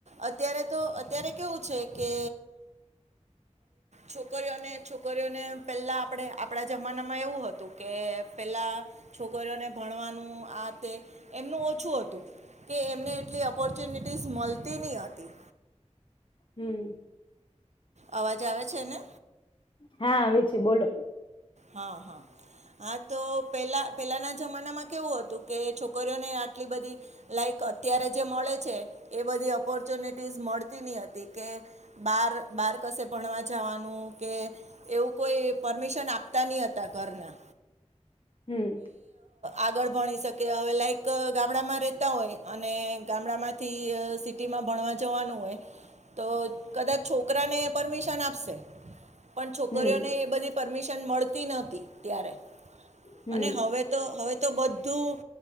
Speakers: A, on the right; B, on the left.
A: અત્યારે તો અત્યારે કેવું છે કે છોકરીઓને છોકરીઓને પેલા આપણે આપણા જમાનામાં એવું હતું કે પેલા છોકરીઓને ભણવાનું આ તે એમનું ઓછું હતું કે એમને એટલી ઓપોર્ચુનિટીસ મળતી નહ હતી
B: હમ
A: અવાજ આવે છે ને
B: હા આવી છે બોલો
A: હા હા હા તો પેલા પેલાના જમાનામાં કેવું હતું કે છોકરીઓને આ બધ લક અત્યારે જે મળે છે એ બધી ઓપોર્ચ્યુનિટી મળતી ન હતી કે બાર બાર કશે ભણવા જવાનું કે એવું કોઈ પરમિશન આપ તાનીયતા કરના
B: હમ
A: આગળ ભણી શકે હવે લાઈક ગામડામાં રહેતા હોય અને ગામડામાંથી સિટીમાં ભણવા જવાનું હોય તો કદાચ છોકરાને પરમિશન આપશે પણ છોકરીઓને
B: હમ
A: એ બધી પરમિશન મળતી નહતી ત્યારે
B: હમ
A: અને હવે તો હવે તો બધું